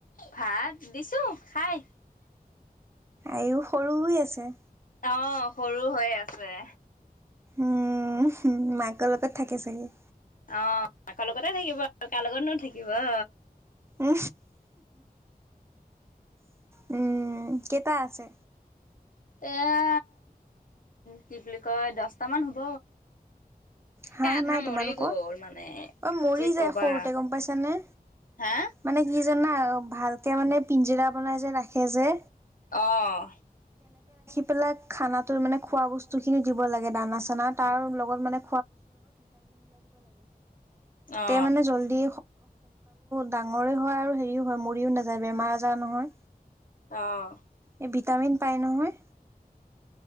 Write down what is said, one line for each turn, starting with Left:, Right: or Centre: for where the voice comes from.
Left: ভাত দিছো খাই
Right: আও সৰু হৈ আছে
Left: অ সৰু হৈ আছে
Right: উম মাকৰ লগত থাকে চাগে
Left: অ মাকৰ লগতে থাকিব আৰু কাৰ লগতনো থাকিব অ
Right: উ উম কেইটা আছে
Left: এয়া কি বুলি কয় দছটামান হ'ব
Right: হাঁহ
Left: এ আধা
Right: নাই
Left: মৰি
Right: তোমালোকৰ
Left: গ'ল মানে
Right: অঐ মৰি
Left: কি কবা
Right: যায় সৰুতে গম পাইছানে
Left: হা
Right: মানে কি জানা ভালকে মানে পিঞ্জিৰা বনাই যে ৰাখে যে
Left: আহ
Right: পেলাক খানা তো মানে খোৱা বস্তু খিনি দিব লাগে দানা চানা তাৰ লগত মানে
Left: অ
Right: ত ম মে ডাঙৰে হয় আৰু হেৰিও হয় মৰিও নাযায় বেমাৰ আজাৰ নহয়
Left: আহ
Right: এই ভিটামিন পাই নহয়